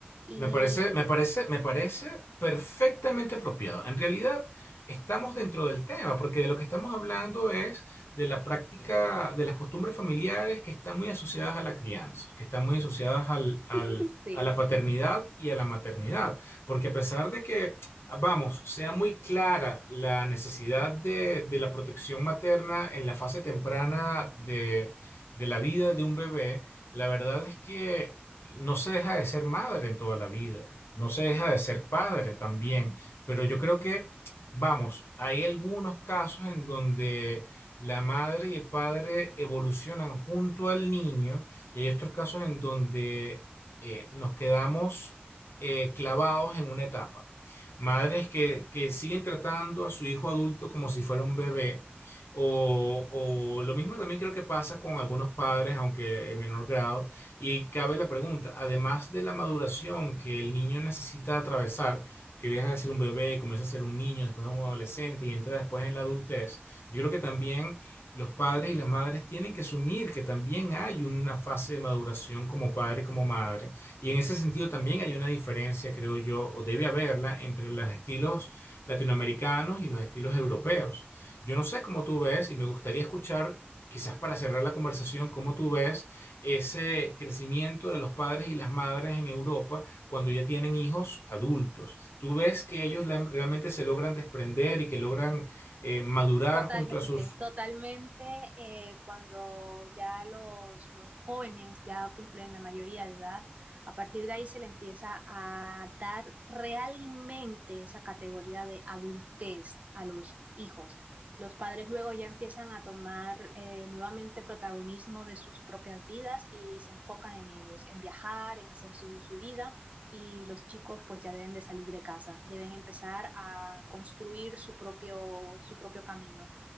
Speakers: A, on the right; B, on the left.
A: Y
B: Me parece, me parece, me parece perfectamente apropiado. En realidad, estamos dentro del tema, porque de lo que estamos hablando es de la práctica, de las costumbres familiares que están muy asociadas a la crianza, que están muy asociadas al, al-
A: <laughs>
B: a la paternidad y a la maternidad. Porque a pesar de que, vamos, sea muy clara la necesidad de, de la protección materna en la fase temprana de de la vida de un bebé, la verdad es que no se deja de ser madre toda la vida, no se deja de ser padre también, pero yo creo que, vamos, hay algunos casos en donde la madre y el padre evolucionan junto al niño y hay otros casos en donde eh, nos quedamos eh, clavados en una etapa. Madres que, que siguen tratando a su hijo adulto como si fuera un bebé. O, o lo mismo también creo que pasa con algunos padres, aunque en menor grado, y cabe la pregunta, además de la maduración que el niño necesita atravesar, que deja de ser un bebé, comienza a ser un niño, después un adolescente y entra después en la adultez, yo creo que también los padres y las madres tienen que asumir que también hay una fase de maduración como padre y como madre. Y en ese sentido también hay una diferencia, creo yo, o debe haberla entre los estilos latinoamericanos y los estilos europeos. Yo no sé cómo tú ves y me gustaría escuchar, quizás para cerrar la conversación, cómo tú ves ese crecimiento de los padres y las madres en Europa cuando ya tienen hijos adultos. Tú ves que ellos la- realmente se logran desprender y que logran eh, madurar
A: Totalmente,
B: junto a sus...
A: totalmente. eh, cuando ya los, los jóvenes ya cumplen la mayoría de edad, a partir de ahí se le empieza a dar realmente esa categoría de adultez a los hijos. Los padres luego ya empiezan a tomar eh, nuevamente protagonismo de sus propias vidas y se enfocan en ellos, en viajar, en hacer su, su vida y los chicos pues ya deben de salir de casa, deben empezar a construir su propio, su propio camino